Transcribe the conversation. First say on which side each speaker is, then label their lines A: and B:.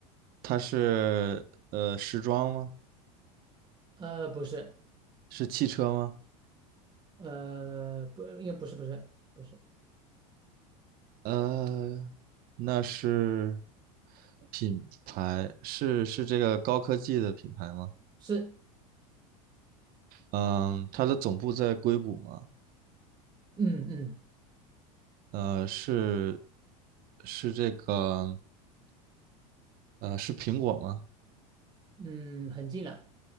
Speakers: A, on the right; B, on the right.
A: 它是呃时装吗？
B: 呃，不是，
A: 是汽车吗？
B: 呃，不，应该不是，不是，不是，
A: 呃，那是品牌，是是这个高科技的品牌吗？
B: 是，
A: 嗯，它的总部在硅谷吗？
B: 嗯嗯
A: 呃，是是这个，呃，是苹果吗
B: 嗯，很近了，